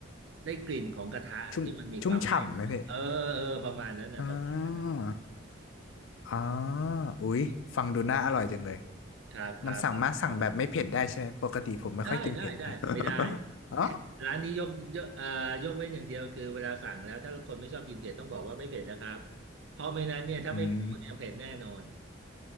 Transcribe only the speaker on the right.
ได้กลิ่นของกระทะที่มันมีความไหม้นิดนึงเออเออประมาณนั้นน่ะประมาณนั้นน่ะ
ครับครับ
ได้ได้ได้ไม่ได้
<laughs> ร้านนี้ยกยกเอ่อยกเว้นอย่างเดียวคือเวลาสั่งแล้วถ้าคนไม่ชอบกินเผ็ดต้องบอกว่าไม่เผ็ดนะครับเพราะไม่นั้นเนี่ยถ้าไม่พูดเนี่ยเผ็ดแน่นอน